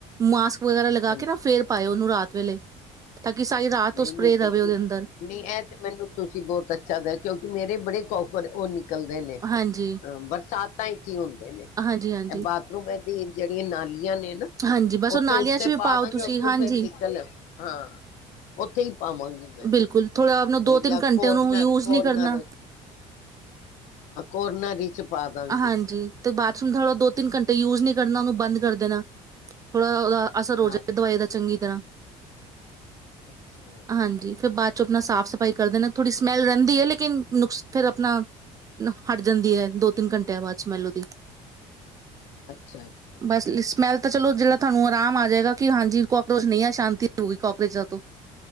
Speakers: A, on the right; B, on the left.
A: ਮਾਸ ਵਗੈਰਾ ਲਗਾ
B: ਹਾਂਜੀ
A: ਕੇ ਨਾ, ਫੇਰ ਪਾਏ ਉਹਨੂੰ ਰਾਤ ਵਲੇ ਤਾਂ ਕਿ ਸਾਰੀ ਰਾਤ
B: ਨਹੀਂ
A: ਤੋਂ ਸਪਰੇਅ
B: ਨਹੀਂ ਤੁਸੀਂ
A: ਰਵੇ ਉਹਦੇ ਅੰਦਰ
B: ਨਹੀਂ ਇਹ ਤੇ ਮੈਨੂੰ ਤੁਸੀਂ ਬਹੁਤ ਅੱਛਾ ਕਿਉਂਕਿ, ਮੇਰੇ ਬੜੇ ਕੌਕਰ ਉਹ ਨਿਕਲ ਨਿਕਲਦੇ ਨੇ
A: ਹਾਂਜੀ,
B: ਅ ਬਰਸਾਤ <unintelligible> ਹੁੰਦੇ ਨੇ
A: ਹਾਂਜੀ-ਹਾਂਜੀ,
B: ਇਹ ਬਾਥਰੂਮ ਤੇ ਜਿਹੜੀਆਂ ਨਾਲੀ ਨੇ ਨਾ,
A: ਹਾਂਜੀ ਹਾਂਜੀ ਬਸ
B: ਉੱਥੇ
A: ਉਹ ਨਾਲੀਆਂ
B: ਉੱਤੇੇ
A: 'ਚ ਵੀ
B: ਪਾ
A: ਪਾਓ
B: ਦਾਂਗੇ
A: ਤੁਸੀਂ
B: ਉੱਥੋਂ
A: ਹਾਂਜੀ,
B: ਫਿਰ ਨਿਕਲ ਹਾਂ ਉੱਥੇ ਹੀ ਪਾਵਾਂਗੀ ਮੈਂ
A: ਬਿਲਕੁਲ ਥੋੜਾ ਆਪ ਨੂੰ ਦੋ ਤਿੰਨ
B: ਜਾਂ
A: ਘੰਟੇ
B: ਕੋਰਨਰ
A: ਓਨੂੰ, ਯੂਜ
B: ਕੋਰਨਰ
A: ਨਹੀਂ ਕਰਨਾ।
B: ਕੋਰਨਾਰੀ ਪਾ ਦਾਂਗੇ
A: ਹਾਂਜੀ ਤੇ ਬਾਥਰੂਮ ਦਾ ਥੋੜਾ ਦੋ ਤਿੰਨ ਘੰਟੇ ਯੂਜ ਨੀ ਕਰਨਾ, ਉਹਨੂੰ ਬੰਦ ਕਰ ਦੇਨਾ ਥੋੜਾ ਉਹਦਾ ਅਸਰ ਹੋਜਏ
B: ਹਾਂ
A: ਦਵਾਈ ਦਾ ਚੰਗੀ ਤਰ੍ਹਾਂ
B: ਅੱਛਾ <inaudible>
A: ਹਾਂਜੀ ਫਿਰ ਬਾਅਦ ਆਪਣਾ ਸਾਫ਼ ਸਫ਼ਾਈ ਕਰਦੇ ਨੇ, ਥੋੜ੍ਹੀ ਸਮੇਲ ਰਹਿੰਦੀ ਏ, ਲੇਕਿਨ ਨੁਕਸ ਫੇਰ ਆਪਣਾ ਹਟ ਜਾਂਦੀ ਹੈ ਦੋ ਤਿੰਨ ਘੰਟਿਆਂ ਬਾਅਦ ਚ ਸਮੇਲ ਉਹਦੀ
B: ਅੱਛਾ ਅੱਛਾ
A: ਬਸ ਸਮੈਲ ਤਾਂ ਚਲੋ ਜਿਹੜਾ, ਤੁਹਾਨੂੰ ਆਰਾਮ ਆ ਜਾਏਗਾ। ਕਿ ਹਾਂਜੀ, ਕਾਕਰੋਚ ਨਹੀਂ ਆ ਸ਼ਾਂਤੀ ਹੋਗੀ ਕਾਕਰੋਚਾਂ ਤੋਂ